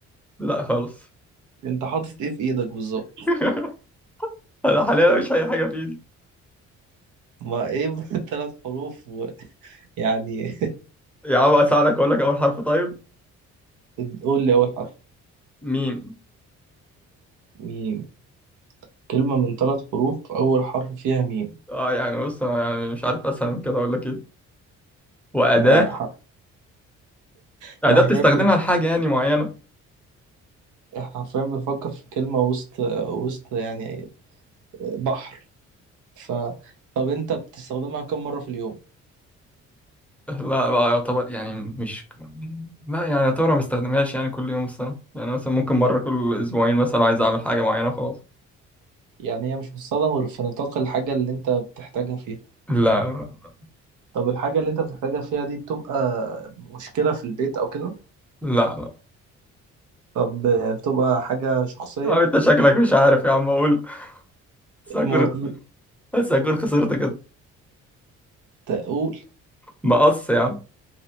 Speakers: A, in the centre; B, on the right (about 80°).
A: لا خالص
B: أنت حاطط إيه في إيدك بالظبط
A: <laughs> انا حاليا مش اي حاجه في ايدي
B: ما إيه <laughs> ثلاث حروف ويعني
A: يا عم اساعدك اقول لك اول حرف طيب
B: <laughs> قول لي أول حرف
A: ميم
B: ميم كلمة من ثلاث حروف أول حرف فيها ميم
A: اه يعني بص انا يعني مش عارف اسهل من كده اقول لك ايه واداه
B: ما ح- احنا
A: اداه
B: حرفيا
A: بتستخدمها لحاجه يعني معينه
B: حرفيا بنفكر في كلمة وسط وسط يعني بحر ف طب انت بتستخدمها كم مرة في اليوم
A: لا بقى يعتبر يعني مش لا يعني يعتبر ما بستخدمهاش يعني كل يوم الصراحه يعني مثلا ممكن مره كل اسبوعين مثلا عايز اعمل حاجه معينه وخلاص
B: يعني هي مش بتستخدم غير في نطاق الحاجة اللي انت بتحتاجها فيها
A: لا لا
B: طب الحاجة اللي انت بتحتاجها فيها دي بتبقى مشكلة في البيت او كده
A: لا لا
B: طب بتبقى حاجة شخصية
A: يا عم انت شكلك مش عارف يا عم اقول بس هكون
B: مو...
A: بس هكون خسرت كده
B: تقول
A: مقص يا عم